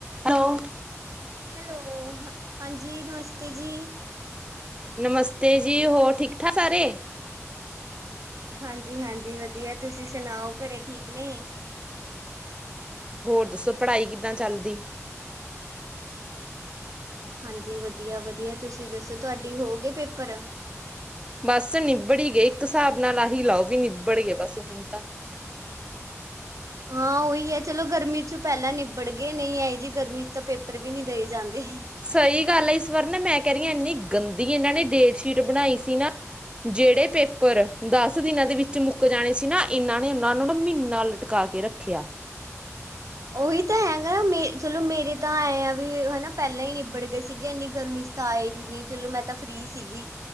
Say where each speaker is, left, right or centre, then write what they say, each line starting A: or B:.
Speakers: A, on the right; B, on the right.
A: ਹੈਲੋ,
B: ਹੈਲੋ, ਹਾਂ ਹਾਂਜੀ ਨਮਸਤੇ ਜੀ।
A: ਨਮਸਤੇ ਜੀ, ਹੋਰ ਠੀਕ- ਠਾਕ ਸਾਰੇ।
B: ਹਾਂਜੀ- ਹਾਂਜੀ ਵਧੀਆ ਤੁਸੀਂ ਸੁਣਾਓ ਘਰੇ ਠੀਕ ਨੇ?
A: ਹੋਰ ਦੱਸੋ ਪੜ੍ਹਾਈ ਕਿੱਦਾਂ ਚੱਲਦੀ?
B: ਹਾਂਜੀ, ਵਧੀਆ- ਵਧੀਆ ਤੁਸੀਂ ਦੱਸੋ ਤੁਹਾਡੀ ਹੋ ਗੇ ਪੇਪਰ?
A: ਬਸ ਨਿਬੜ ਹੀ ਗਏ ਇੱਕ ਹਿਸਾਬ ਨਾਲ ਆਹੀ ਲਾਓ ਵੀ ਨਿਬੜ ਗਏ ਬਸ ਹੁਣ ਤਾਂ।
B: ਹਾਂ। ਕੋਹੀ ਚਲੋ ਗਰਮੀ ਚ' ਪਹਿਲਾਂ ਨਿਬੜ ਗਏ ਨਹੀਂ ਆਏ ਜੀ ਗਰਮੀ ਚ' ਤਾਂ ਪੇਪਰ ਵੀ ਨਹੀਂ ਦੇਏ ਜਾਂਦੇ।
A: ਸਹੀ ਗੱਲ ਹੈ ਇਸ ਵਾਰ ਨਾ ਮੈਂ ਕਹਿ ਰਹੀ ਹਾਂ ਇੰਨੀ ਗੰਦੀ ਇਹਨਾਂ ਨੇ ਡੇਟਸ਼ੀਟ ਬਣਾਈ ਸੀ ਨਾ। ਜਿਹੜੇ ਪੇਪਰ, ਦਸ ਦਿਨਾਂ ਦੇ ਵਿੱਚ ਮੁੱਕ ਜਾਣੇ ਸੀ ਨਾ ਇਹਨਾਂ ਨੇ ਉਹਨਾਂ ਨੂੰ ਨਾ ਮਹੀਨਾ ਲਟ ਪਕਾ ਕੇ ਰੱਖਿਆ।
B: ਉਹੀ ਤਾਂ ਹੈਗਾ ਮੇ ਚਲੋ ਮੇਰੇ ਤਾਂ ਐਏ ਆ ਵੀ ਹਨਾ ਪਹਿਲਾਂ ਹੀ ਨਿਬੜ ਗਏ ਸੀਗੇ ਇੰਨੀ ਗਰਮੀ ਚ' ਤਾਂ ਆਏ ਹੀ ਨ ਚਲੋ ਮੈਂ ਤਾਂ ਫ੍ਰੀ ਸੀਗੀ।